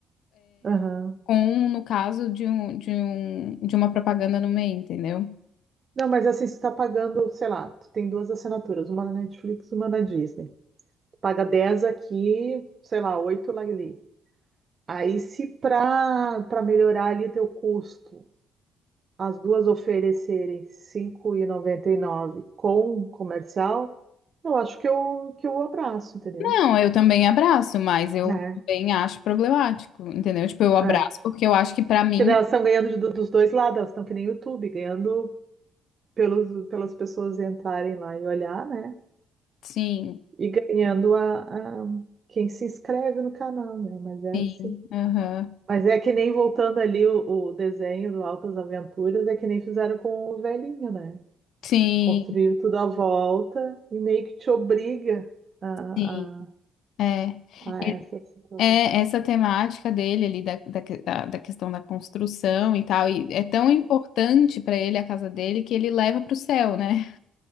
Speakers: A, on the right (about 45°); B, on the left (about 80°).
A: Aham.
B: com no caso de um, de um, de uma propaganda no meio, entendeu?
A: Não, mas assim, você tá pagando, sei lá, tu tem duas assinaturas, uma na Netflix e uma na Disney. Tu paga 10 aqui, sei lá, 8 lá ali. Aí, se pra, pra melhorar ali teu custo, as duas oferecerem R$ cinco e noventa e nove com comercial, eu acho que eu, que eu abraço, entendeu?
B: Não, eu também abraço, mas eu
A: É,
B: também acho problemático, entendeu? Tipo, eu abraço
A: é.
B: porque eu acho que pra mim,
A: Porque daí elas estão ganhando de- do- dos dois lados, elas estão que nem YouTube, ganhando pelos, pelas pessoas entrarem lá e olhar, né?
B: sim,
A: e ganhando a, a- quem se inscreve no canal, né? Mas é
B: sim,
A: assim.
B: aham,
A: Mas é que nem voltando ali o, o desenho do Altas Aventuras, é que nem fizeram com o velhinho, né?
B: sim,
A: Construíram tudo à volta e meio que te obriga a,
B: sim.
A: a,
B: É,
A: a
B: E-
A: essa situação.
B: é essa temática dele ali da, da, que- da da questão da construção e tal, e é tão importante pra ele a casa dele que ele leva pro céu, né?